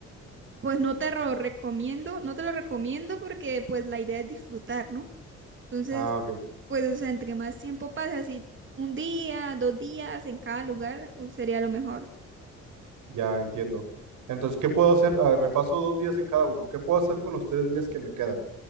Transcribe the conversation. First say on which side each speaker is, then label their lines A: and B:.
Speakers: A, on the right; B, on the right.
A: Pues no te lo recomiendo, no te lo recomiendo porque pues la idea es disfrutar, ¿no? Entonces,
B: Ah, ok,
A: pues o sea, entre más tiempo pasa, así un día, dos días en cada lugar, uh, sería lo mejor.
B: ya entiendo. Entonces, ¿qué puedo hacer? Ah, me paso dos días en cada uno. ¿Qué puedo hacer con los tres días que me quedan?